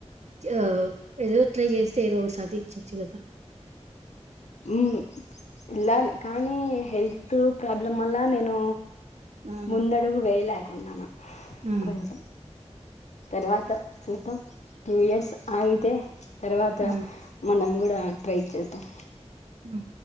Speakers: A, on the right; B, on the left.
A: ఆ ఏదో ట్రై చేస్తే ఏదో సాధించొచ్చు కదా
B: ఉమ్ ఎల్లాలి కానీ హెల్త్ ప్రాబ్లం వల్ల నేను
A: హ్మ్.
B: ముందడుగు వేయలేకుండాను
A: హ్మ్.
B: కొంచెం తర్వాత చూద్దాం టూ ఇయర్స్ ఆగితే తర్వాత
A: హ్మ్.
B: మనం కూడా ట్రై చేద్దాం
A: హ్మ్.